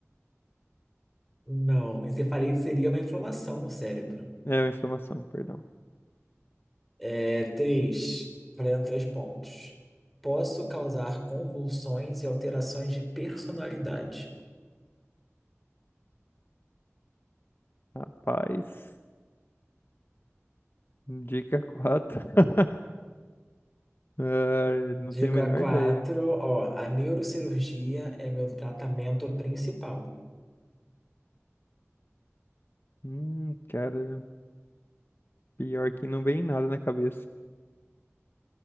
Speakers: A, in the centre; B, on the left (about 50°).
A: Não, encefalite seria uma inflamação no cérebro.
B: É uma inflamação, perdão.
A: É, três, valendo três pontos. Posso causar convulsões e alterações de personalidade.
B: Rapaz, dica 4. <laughs> Ah, não
A: Dica
B: tenho a menor
A: 4,
B: ideia.
A: ó, a neurocirurgia é meu tratamento principal.
B: Hum, cara, pior que não vem nada na cabeça.